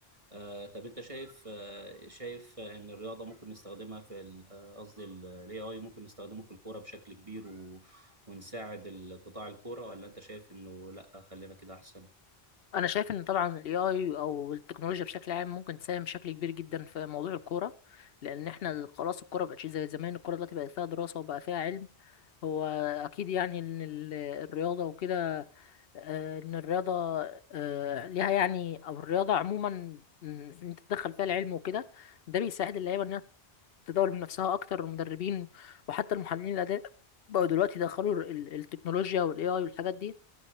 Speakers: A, on the right; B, on the left.
A: آه طب انت شايف آه شايف ان الرياضه ممكن نستخدمها في ال- آه، قصدي الاي اي ممكن نستخدمه في الكوره بشكل كبير و... ونساعد القطاع الكورة ولا انت شايف انه لا خلينا كده احسن
B: انا شايف ان طبعا الاي اي او التكنولوجيا بشكل عام ممكن تساهم بشكل كبير جدا في موضوع الكوره لان احنا ال- خلاص الكوره مبقتش زي زمان الكوره دلوقتي بقت فيها دراسه وبقى فيها علم هو اكيد يعني ان ال- الرياضه وكده آه، ان الرياضه آه، ليها يعني او الرياضه عموما إن انت تدخل فيها العلم وكده ده بيساعد اللعيبه ان تطور من نفسها اكتر المدربين وحتى المحللين الاداء بقوا دلوقتي يدخلوا ال- التكنولوجيا والاي اي والحاجات دي